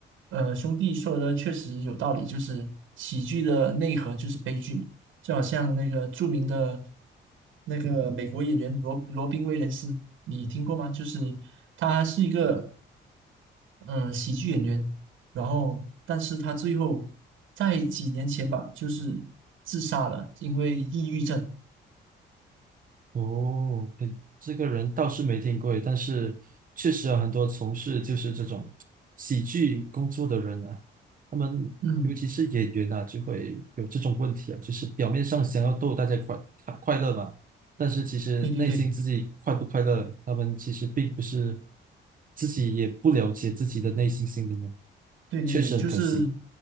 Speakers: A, on the right; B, on the right.
A: 呃，兄弟说的确实有道理，就是喜剧的内核就是悲剧嘛，就好像那个著名的那个美国演员罗罗宾威廉斯，你听过吗？就是他是一个嗯、呃喜剧演员，然后但是他最后在几年前吧，就是自杀了，因为抑郁症。
B: 哦，对，这个人倒是没听过，但是确实有很多从事就是这种喜剧工作的人啊，他们尤其是演员啊，
A: 嗯，
B: 就会有这种问题啊，就是表面上想要逗大家快快快乐嘛，但是其实内心自己快不快乐，
A: 对对对。
B: 他们其实并不是自己也不了解自己的内心心灵啊，
A: 对对对，
B: 确实很可惜。
A: 就是